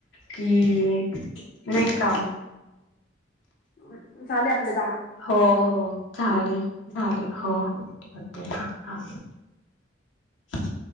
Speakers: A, on the left; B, on the left.
A: की, नाही का
B: ह झाले आपले दहा.
A: हो, हो, झाले.
B: हं?
A: झाले. हो, हो. ठेवा. <inaudible>